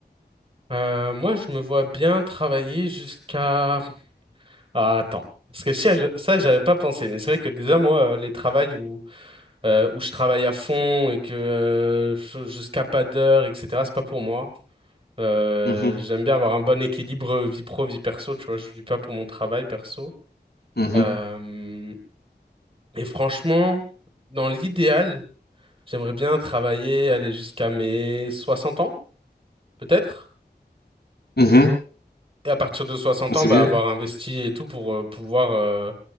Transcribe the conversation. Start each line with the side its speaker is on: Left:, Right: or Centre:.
Right: Euh, moi, je me vois bien travailler jusqu'à Ah, attends. Parce que si, ça, j'avais pas pensé, mais c'est vrai que déjà, moi, euh, les travails où, euh, où je travaille à fond et que euh, je- jusqu'à pas d'heure, etc., c'est pas pour moi. Euh,
Left: Mhm,
Right: j'aime bien avoir un bon équilibre euh, vie pro, vie perso, tu vois, je vis pas pour mon travail perso.
Left: mhm,
Right: Euh, et franchement, dans l'idéal, j'aimerais bien travailler, aller jusqu'à mes 60 ans, peut-être.
Left: mhm.
Right: Et à partir de soixante
Left: C'est
Right: ans, bah,
Left: bien.
Right: avoir investi et tout pour euh, pouvoir euh,